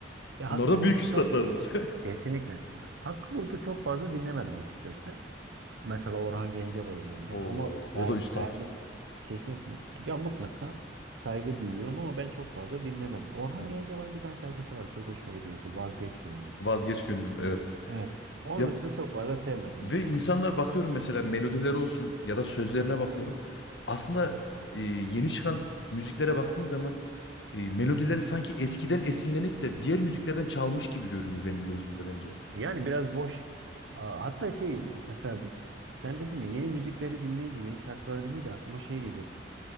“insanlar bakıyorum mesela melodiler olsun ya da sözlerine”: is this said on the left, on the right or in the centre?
Left